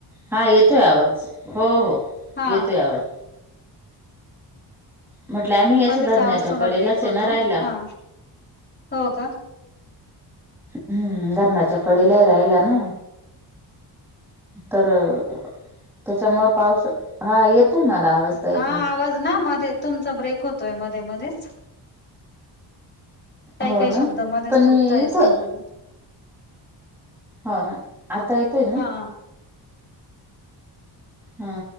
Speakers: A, in the centre; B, on the left.
A: हा येतोय आवाज, हो हो
B: हा
A: येतोय आवाज. म्हटलं आम्ही असं
B: मध्येच
A: धरणाच्या
B: आवाज थोडा
A: कडेलाच
B: ब्रेक
A: आहे
B: होतो
A: ना राहिला
B: हा. हो का?
A: हम्म धरणाच्या कडे ल राहायला ना. तर त्याच्यामुळे पाऊस हो येतंय आवाज मला ताई
B: हा
A: तुमचा.
B: आवाज मध्ये तुमचा ब्रेक होतोय मध्ये मध्येच. काय
A: हो
B: काय
A: ना
B: शब्द मध्ये
A: पण
B: तुटता
A: मी
B: येत
A: इथं
B: समजत नाही.
A: हो ना आता येतय ना?
B: हा
A: हा